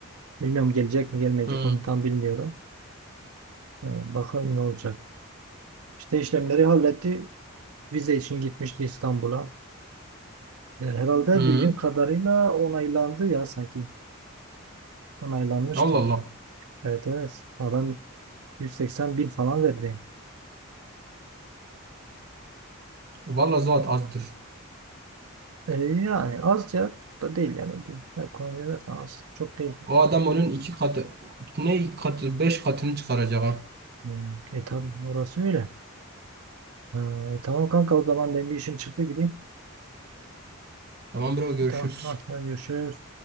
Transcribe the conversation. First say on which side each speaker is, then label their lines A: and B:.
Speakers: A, on the right; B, on the right.
A: Bilmiyorum gelecek mi gelmeyecek
B: Hı.
A: onu tam bilmiyorum. Ee, bakalım ne olacak. İşte işlemleri halletti. Vize için gitmişti İstanbul'a. Ee, herhalde
B: Hı.
A: bildiğim kadarıyla onaylandı ya sanki. Onaylanmıştı.
B: Allah Allah.
A: Evet evet. Adam 180 bin falan verdi.
B: Vallahi zat azdır.
A: Ee, yani az ya. Çok da değil yani. Bu ekonomide az. Çok değil.
B: O adam onun iki katı, ne iki katı, beş katını çıkaracak ha.
A: Hmm. E tabii orası öyle. Ha, tamam kanka o zaman benim bir işim çıktı gideyim.
B: Tamam bro görüşürüz.
A: Tamam ha, hadi görüşürüz.